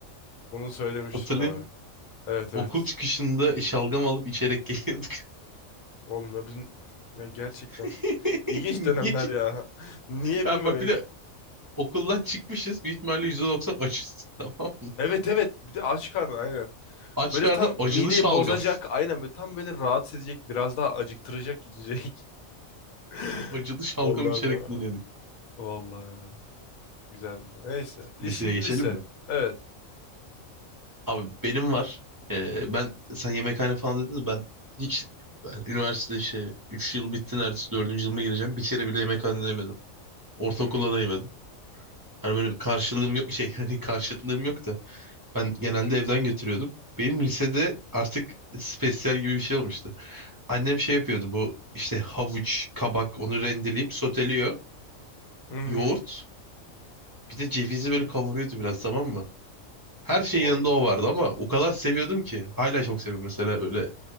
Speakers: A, on the left; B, on the right.
A: Bunu söylemiştin
B: Hatırlıyor
A: abi. Evet evet.
B: Okul çıkışında şalgam alıp içerek geliyorduk.
A: Oğlum ya bizim ya gerçekten
B: <laughs>
A: ilginç dönemler
B: Niye?
A: ya. <laughs> Niye
B: Ya
A: bilmiyorum
B: bak bir
A: ya.
B: de okuldan çıkmışız. Büyük ihtimalle %90 açız. Tamam.
A: Evet evet bir de aç karnı aynen.
B: Aç
A: Böyle
B: karnına
A: tam
B: acılı
A: mideyi
B: şalgam.
A: bozacak
B: <laughs>
A: aynen böyle tam böyle rahatsız edecek biraz daha acıktıracak içecek. <laughs>
B: Acılı şalgam
A: Allah'ım
B: içerek
A: ya.
B: dinliyorduk.
A: Vallahi ya. Güzeldi. Neyse. Li-
B: Liseye
A: Şimdi
B: geçelim
A: lise.
B: mi?
A: Evet.
B: Abi benim var. Ee, ben sen yemekhane falan dediniz ben hiç yani üniversite işte 3 yıl bitti neredeyse dördüncü yılıma gireceğim. Bir kere bile yemekhane yemedim. Ortaokulda
A: Hı hı.
B: da yemedim. Hani böyle bir karşılığım yok şey <laughs> hani karşıtlığım yok da ben genelde evden götürüyordum. Benim lisede artık spesyal gibi bir şey olmuştu. Annem şey yapıyordu bu işte havuç, kabak onu rendeleyip soteliyor.
A: Hı hı.
B: Yoğurt bir de cevizi böyle kavuruyordu biraz tamam mı? Her şeyin
A: Oy,
B: yanında o vardı ama o kadar seviyordum ki. Hala çok seviyorum mesela öyle